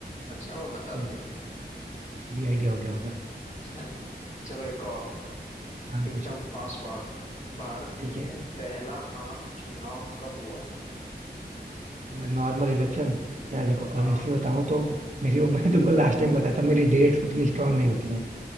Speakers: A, on the left; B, on the right.
A: अच्छा वो बता
B: कोई
A: दिया
B: भी आइडिया हो गया होगा
A: <laughs> चलो एक और
B: हाँ
A: एकदम
B: पूछो
A: फास्ट फास्ट भारत
B: ठीक
A: में
B: है
A: पहला आम चुनाव कब हुआ था
B: Normal election यार देखो
A: हाँ
B: ऑनेस्टली बताऊं तो मेरी वो <laughs> मैंने तुमको लास्ट टाइम बताया था मेरी डेट्स उतनी स्ट्रांग नहीं होती हैं